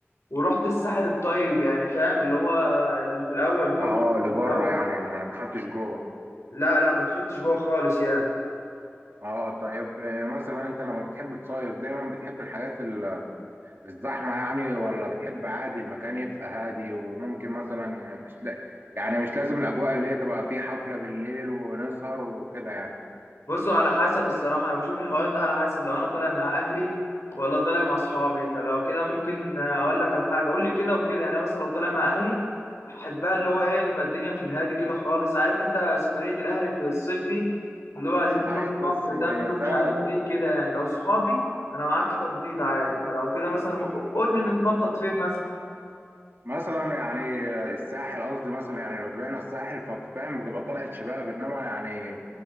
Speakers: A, on the left; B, on the right.
A: ورحت الساحل الطيب يعني فاهم اللي هو اللي في الاول دور
B: اه
A: الكوره
B: لبره
A: اللي في الاول
B: يعني ما دخلتش جوه
A: لا لا ما دخلتش جوه خالص يعني
B: اه طيب آه، مثلا انت لما بتحب تصيف دايما بتحب الحاجات ال- الزحمة يعني ولا بتحب عادي المكان يبقى هادي وممكن مثلا ي- مش لا... يعني مش لازم الاجواء اللي هي تبقى فيه حفلة بالليل ونسهر وكده يعني
A: بصوا على حسب الصراحة أنا بشوف الحوار ده على حسب لو أنا طالع مع أهلي ولا طالع مع أصحابي فلو كده ممكن أقول لك على حاجة قول لي كده وكده يعني أنا مثلا لو طالع مع أهلي أحبها اللي هو إيه نبقى الدنيا في الهادي كده خالص عارف أنت سفرية الأهل في الصيف دي اللي هو عايزين تروحوا
B: ايوه
A: البحر
B: بس
A: تاكلوا مش
B: فاهم
A: عارف إيه كده يعني لو صحابي أنا معاك في تنطيط عادي فلو كده مثلا قول لي نتنطط فين مثلا
B: مثلا يعني الساحل قصدي مثلا يعني لو طلعنا الساحل ففاهم بتبقى طلعت شباب انما يعني